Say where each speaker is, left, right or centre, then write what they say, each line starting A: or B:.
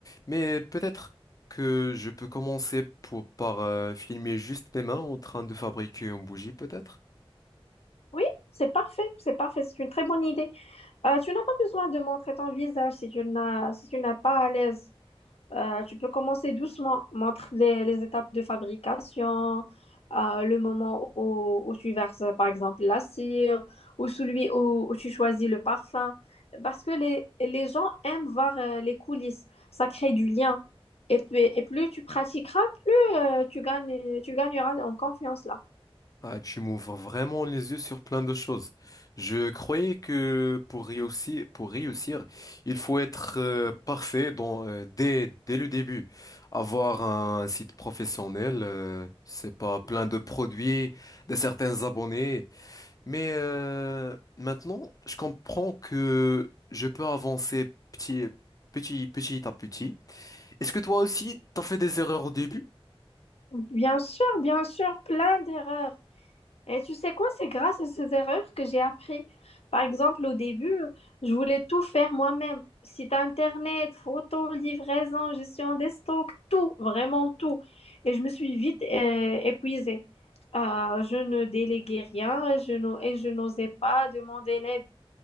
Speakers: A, on the left; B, on the left.
A: Mais peut-être que je peux commencer pour, par euh, filmer juste mes mains en train de fabriquer une bougie, peut-être?
B: Oui, c'est parfait, c'est parfait, c'est une très bonne idée. Euh, tu n'as pas besoin de montrer ton visage si tu n'as si tu n'es pas à l'aise. Euh, tu peux commencer doucement. Montre les, les étapes de fabrication, euh, le moment où, où tu verses, par exemple, la cire, ou celui où, où tu choisis le parfum. Parce que les, les gens aiment voir euh, les coulisses. Ça crée du lien. Et puis, et plus tu pratiqueras, plus euh, tu gagnes, tu gagneras en confiance là.
A: Ah, tu m'ouvres vraiment les yeux sur plein de choses. Je croyais que pour réussir, pour réussir, il faut être euh, parfait dans, euh, dès, dès le début. Avoir un site professionnel, euh, c'est pas plein de produits, de certains abonnés. Mais euh, maintenant, je comprends que je peux avancer petit, petit, petit à petit. Est-ce que toi aussi, t'as fait des erreurs au début?
B: Bien sûr, bien sûr, plein d'erreurs. Et tu sais quoi, c'est grâce à ces erreurs que j'ai appris. Par exemple, au début, je voulais tout faire moi-même. Site internet, photos, livraison, gestion des stocks, tout, vraiment tout. Et je me suis vite euh, épuisée. Euh, je ne déléguais rien je n'o- et je n'osais pas demander l'aide.